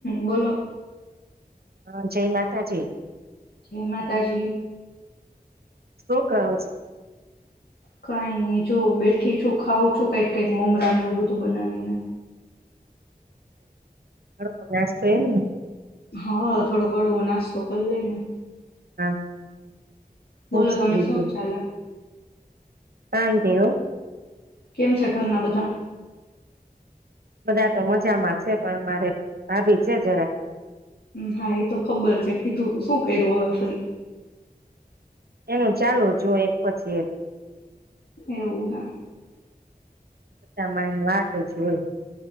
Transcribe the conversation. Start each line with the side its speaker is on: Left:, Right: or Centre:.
Left: બોલો?
Right: હા, જય માતાજી.
Left: જય માતાજી.
Right: શું કરો છે?
Left: કઈ નઈ, જો બેઠી છું, ખાવં છું, કઈક કઈક મમરાને એવું બધું બનાવીને.
Right: <inaudible> નાસ્તો એમ ને?
Left: હા, થોડો હળવો નાસ્તો કરલઈને.
Right: હા હું
Left: બોલો
Right: જ
Left: તમે,
Right: લીધો
Left: શું ચાલે?
Right: શાંતિ હો.
Left: કેમ છે ઘરના બધા?
Right: બધા તો મજામાં છે. પણ મારે ભાભી છે જરાક.
Left: હા, એ તો ખબર છે. કીધું તું, શું કર્યું હવે ફરી?
Right: એનું ચાલુજ હોય એક પછી એક.
Left: એવું હા
Right: બધામાં એ વાત જ હોય.